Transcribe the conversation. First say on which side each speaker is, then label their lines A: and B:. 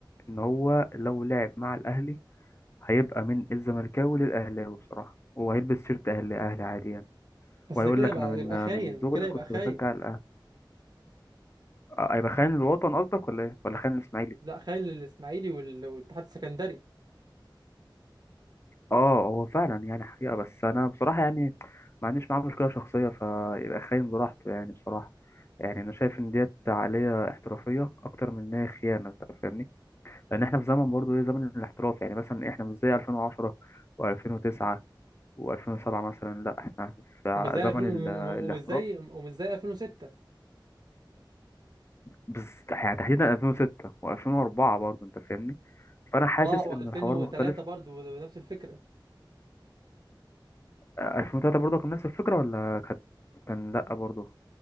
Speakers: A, on the left; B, on the right.
A: إن هو لو لعب مع الأهلي هيبقى من الزملكاوي للأهلاوي بصراحة وهيلبس شيرت أهلي أهلي عادي يعني
B: بس
A: وهيقول
B: ده كده
A: لك
B: يبقى
A: أنا من
B: يبقى خاين
A: من صغري
B: كده يبقى
A: كنت
B: خاين
A: بشجع الأهلي آه، هيبقى خاين الوطن قصدك ولا إيه؟ ولا خاين الإسماعيلي؟
B: لا خاين للاسماعيلي وال- والاتحاد السكندري
A: اه هو فعلا يعني حقيقة بس انا بصراحة يعني ما عنديش معاه مشكلة شخصية فيبقى خاين براحته يعني بصراحة يعني انا شايف ان ديت عقلية احترافية اكتر من ان هي خيانة انت فاهمني لان احنا في زمن برضه ايه زمن الاحتراف يعني مثلا احنا مش زي 2010 و2009 و2007 مثلا لا احنا في
B: ومش زي
A: زمن
B: 2000 و-
A: ال- الاحتراف
B: ومش زي ومش زي 2006
A: بس يعني تحديدا 2006 و2004 برضه انت فاهمني فانا حاسس
B: اه
A: ان
B: و2003
A: الحوار مختلف
B: برضو نفس الفكره
A: 2003 برضه كان نفس الفكرة ولا كانت كان لا برضه